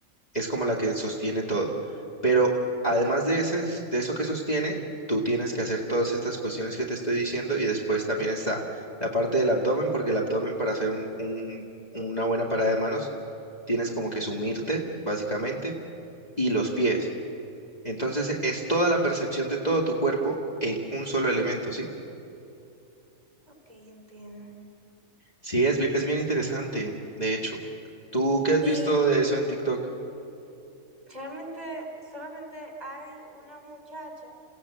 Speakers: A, on the left; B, on the right.
A: es como la que sostiene todo. Pero además de ese, de eso que sostiene, tú tienes que hacer todas estas cuestiones que te estoy diciendo y después también está la parte del abdomen, porque el abdomen para hacer un- un- una buena parada de manos, tienes como que sumirte, básicamente, y los pies. Entonces es toda la percepción de todo tu cuerpo en un solo elemento, ¿sí?
B: ok, entiendo.
A: Sí, es, bi- es bien interesante, de hecho. ¿Tú qué has
B: Y
A: visto de eso en TikTok?
B: realmente solamente hay una muchacha